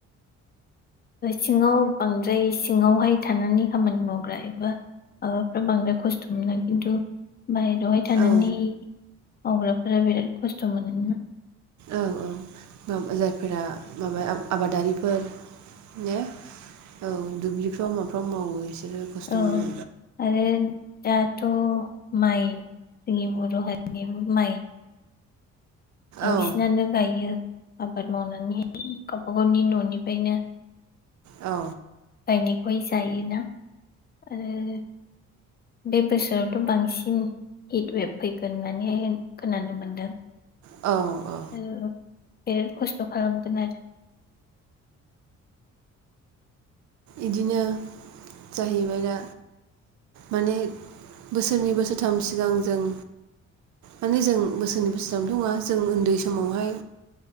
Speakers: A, on the left; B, on the right.
A: सिङाव बांद्राय सिङावहाय थानानै खामानि मावग्रा एबा ओ माबाफ्रा बांद्राय खस्थ' मोनो खिन्थु <unintelligible> बेवहाय थानानै
B: औ
A: मावग्राफोरा बिराद खस्थ' मोनोमोन ना?
B: औ औ मा जायफोरा माबा आबादारिफोर <unintelligible> औ दुब्लिफ्राव माफ्राव मावो बिसोरो खस्थ'
A: औ
B: मोनो।
A: आरो दाथ' माइ जोंनि बर' हारिनिबो माइ बांसिनानो
B: औ
A: गायो आबाद मावनानै गावबा गावनि न'निफ्रायनो
B: औ
A: गायनायखौहाय जायोना आरो बे बोसोरावथ' बांसिन हिट वेब फैगोन होननानैहाय खोनानो मोन्दों।
B: औ औ
A: आरो बिराद खस्थ' खालामगोन आरो <inaudible>
B: इदिनो जाहैबाय दा माने बोसोरनै बोसोरथाम सिगां जों माने जों बोसोरनै बोसोरथामथ' नङा जों उन्दै समावहाय